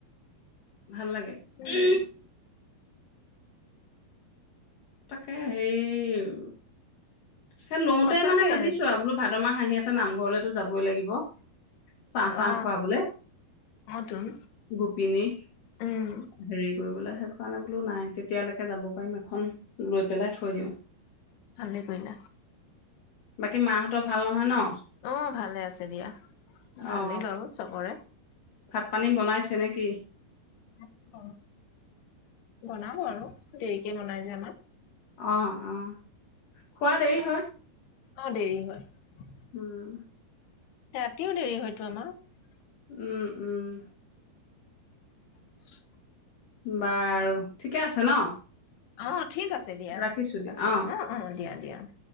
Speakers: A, on the left; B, on the left.
A: ভাল লাগে।
B: উম
A: <inaudible> তাকে হেৰি হে লওতে
B: সঁচাকে
A: মানে ভাবিছো আৰু বোলো ভাত <unintelligible> নামঘৰলৈটো যাবই লাগিব, চাহ, তাহ
B: অ
A: খুৱাবলৈ,
B: অ তোন
A: গোপিনী
B: উম
A: হেৰি বোলে সেইটো কাৰণে বোলো নাই কেতিয়ালৈকে যাব পাৰিম এখন লৈ পেলাই থৈ দিও।
B: ভালে কৰিলা।
A: বাকী মাহতৰ ভাল নহয় ন,
B: ও ভালে আছে দিয়া। ভালে
A: অ
B: বাৰু চবৰে,
A: ভাত পানী বনাইছে নেকি?
B: <unintelligible> বনাব আৰু, দেৰিকে বনাই যে আমাৰ,
A: অহ, অহ! খোৱাত দেৰি হয়
B: অহ! দেৰি হয়।
A: উম।
B: ৰাতিও দেৰি হয় <unintelligible>
A: উম, উম!
B: <unintelligible>
A: বাৰু, ঠিকেই আছে ন'?
B: <unintelligible> ঠিক আছে দিয়া
A: ৰাখিছো দিয়া
B: ৰাখো
A: অ
B: অহ অহ দিয়া দিয়া। <inaudible>